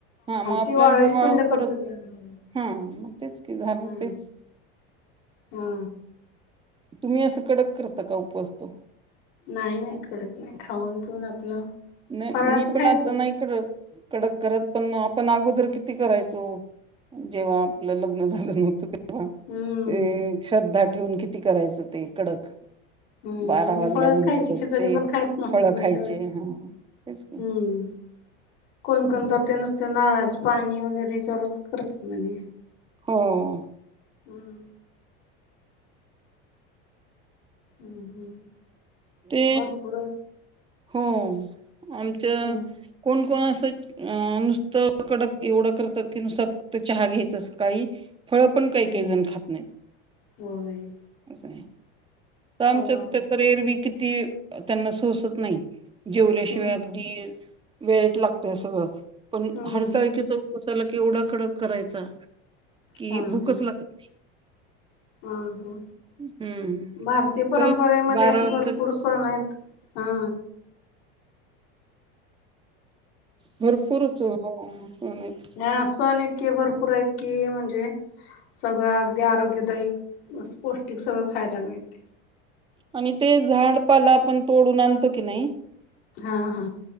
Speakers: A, on the right; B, on the left.
A: हा मग आपल्याला
B: ते वाळूची
A: जर वालु
B: पिंड करतो
A: परत
B: की आम्ही
A: हा मग तेच कि झालं
B: हा
A: तेच
B: हा
A: तुम्ही असं कडक करता का उपवास तो?
B: नाय नाय कडक नाय खाऊन पिऊन आपलं
A: नाही
B: फराळाचं
A: मी पण
B: खायचं
A: आता नाही कड कडक करत पण आपण अगोदर किती करायचो. जेव्हा आपलं लग्न झालं नव्हतं तेव्हा.
B: हम्म
A: ते श्रद्धा ठेवून किती करायचं ते कडक?
B: हम्म
A: बारा
B: म्हणजे
A: वाजल्यानंतरच
B: फळच खायची खिचडी
A: ते
B: पण खायत नसत
A: फळ
B: म्हणते
A: खायचे
B: वाटत
A: हा तेच की
B: हम्म कोण
A: हं.
B: कोण तर ते नुसते नारळाचं पाणी वगैरे च रस करतत मणे
A: हो
B: हम् हम्
A: ते
B: हम् भरपूर
A: हो आमच
B: हम्म
A: कोण कोण असं अं नुसतं कडक एवढं करतात की नुसतं फक्त चहा घ्यायचं सकाळी. फळ पण काही
B: हम्म
A: काही जण खात नाहीत.
B: होय.
A: असं हाय
B: ह
A: आमच्या तर एरवी किती त्यांना सोसत नाही जेवल्याशिवाय
B: हम्म
A: अगदी वेळेत लागतय सगळं. पण
B: हम्म
A: हरतालिकेचा
B: हम्म
A: उपवास एवढा कडक करायचा कि
B: हा हा
A: भूकच लागत नाही
B: हा हा
A: हम्म
B: भारतीय परंपरेमध्ये
A: तर बारा
B: अशी
A: वाजता
B: भरपूर सण हायत हा
A: भरपूर <unintelligible>
B: ह सण इतके भरपूर आहेत की म्हणजे सगळं अगदी आरोग्यदायीक पौष्टिक सगळं खायला मिळतय.
A: आणि ते झाडपाला आपण तोडून आणतो की नाही?
B: हा हा